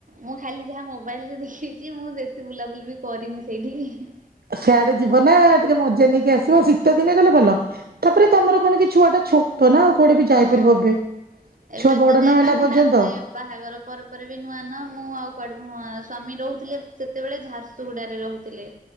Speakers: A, on the right (about 60°); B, on the right (about 85°).
A: ମୁଁ ଖାଲି ଯାହା ମୋବାଇଲରେ ଦେଖିଛି ମୁଁ ବେଶୀ ବୁଲାବୁଲି ବି କରିନି ସେଇଠିକି।
B: ଆ ସେଆଡେ ଯିବ ନା ଟିକେ ମଜା ନେଇକି ଆସିବ ଶୀ ତ ଦିନେ ଗଲେ ଭଲ ତାପରେ ତମର କଣ କି ଛୁଆ ଟା ଛୋଟ ନା ଆଉ କୁଆଡେ ବି ଯାଇପାରିବ
A: ହଁ।
B: ଏବେ।
A: ଏବେ
B: ଛୁଆ ବଡ
A: ତ ଯାଇପାରୁନି
B: ନ ହେଲା ପର୍ଯ୍ୟନ୍ତ
A: ତାପରେ ବାହାଘର ପରେ ପରେ ବି ନୂଆ ନୂଆ ମୁଁ ଆଉ କୁଆଡେ ମୁଁ ଆ ସ୍ଵାମୀ ରହୁଥିଲେ ସେତେବେଳେ ଝାରସ ସୁୁଗୁଡାରେ ରହୁଥିଲେ